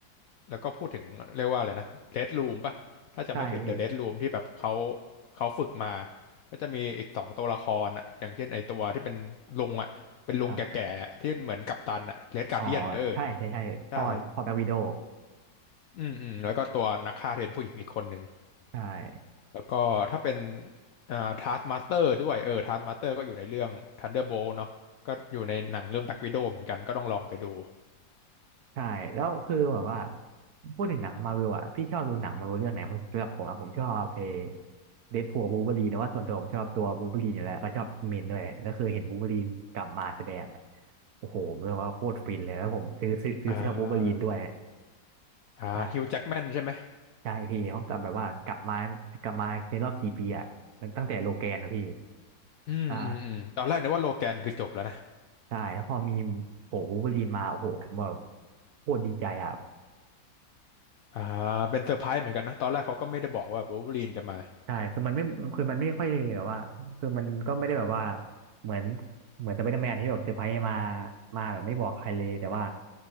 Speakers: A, on the left; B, on the right.
A: แล้วก็พูดถึงเรียกว่าอะไรนะเ d ด o ูมป่ะถ้าจะไม่ผิดเดอะเ
B: ใช่พี่
A: d ด o ูมที่แบบเขาเขาฝึกมาก็จะมีอีกสองตัวละครอ่ะอย่างเช่นไอตัวที่เป็นลุงอ่ะเป็นลุงแก่ๆที่เหมือนกัปตันอ่ะเ
B: ครับ
A: d ดการ์เดียนเออ
B: อ๋อใช่ใช่ใช่พ่อพ่อแบ็ควิโด
A: ใช่อืมอืมแล้วก็ตัวนักฆ่าที่เป็นผู้หญิงอีกคนหนึ่ง
B: ใช่
A: แล้วก็ถ้าเป็นอ่า Taskmaster ด้วยเออ Taskmaster ก็อยู่ในเรื่อง Thunderbolt เนาะก็อยู่ในหนังเรื่อง Black Widow เหมือนกันก็ต้องลองไปดู
B: ใช่แล้วคือแบบว่าพูดถึงหนังมาวิวอ่ะพี่ชอบดูหนังมาวิวเรื่องไหนมันสำหรับผมอ่ะผมชอบเอเดดพูลบูเบอรีนนะว่าส่วนตัวผมชอบตัวบูเบอรีนอยู่แล้วก็ชอบเมนด้วยแล้วคือเห็นบูเบอรีนกลับมาแสดงอะโอ้โหเรียกว่าโคตรฟินเลยแล้วผมซื้อซื้อซื้อเสื้อบูเบอรีนด้วย
A: อ่าอ่าฮิวจ์แจ็กแมนใช่ไหม
B: ใช่ใช่พี่เขากลับแบบว่ากลับมากลับมาในรอบกี่ปีอ่ะตั้งแต่โลแกนนะพี่
A: อืมอืมอืมตอนแรกนึกว่าโลแกนคือจบแล้วนะ
B: ใช่ใช่แล้วพอมีโอ้โหบูล์ฟเบอรีนมาโอ้โหผมแบบโคตรดีใจอ่ะ
A: อ่าเป็นเซอร์ไพรส์เหมือนกันนะตอนแรกเขาก็ไม่ได้บอกว่าวูล์ฟเวอรีนจะมา
B: ใช่คือมันไม่คือมันไม่ค่อยแบบว่าคือมันก็ไม่ได้แบบว่า เหมือนเหมือนสไปเดอร์แมนที่แบบเซอร์ไพรส์มามาแบบไม่บอกใครเลย แต่ว่า